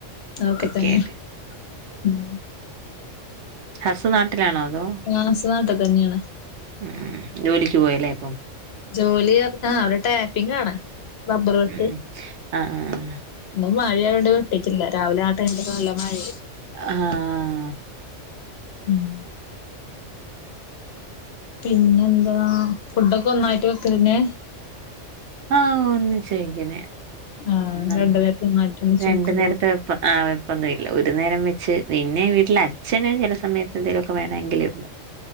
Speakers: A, on the left; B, on the right.
A: അതൊക്കെ
B: ഓക്കെ
A: തന്നെ
B: ഓക്കെ
A: ഉം
B: ഹസ് നാട്ടിലാണോ അതോ?
A: ആഹ് ഹസ് നാട്ട് തന്നെയാണ്
B: ഉം ജോലിക്ക് പോയല്ലേ അപ്പം
A: ജോലി പറഞ്ഞാ അവര് ടാപ്പിംഗാണ് റബ്ബറ് വെട്ട്
B: ഉം ഉം ആഹ് ആഹ് ആഹ്
A: ഇന്നും മഴയായോണ്ട് വെട്ടീറ്റില്ലാ രാവിലെ ആ ടൈമിലൊക്കെ നല്ല മഴയായിരുന്നു
B: ആഹ്
A: ഉം പിന്നെന്താ ഫുഡൊക്കെ ഒന്നായിട്ട് വെക്കലെന്നെ
B: ആഹ് ഒന്നിച്ചു വെക്കുന്നെയാ
A: ആ
B: ആഹ്
A: രണ്ട് നേരത്തെ ഒന്നായിട്ട് ഒന്നിച്ച്
B: രണ്ടു
A: വെക്കുണ്ടാവുല്ലേ
B: നേരത്തെ വെപ്പ് ആഹ് പ്പൊന്നും ഇല്ലാ ഒരു നേരം വെച്ച് പിന്നെ വീട്ടിലെ അച്ഛന് ചെല സമയത്ത് എന്തേലൊക്കെ വേണങ്കിലേ ഉള്ളൂ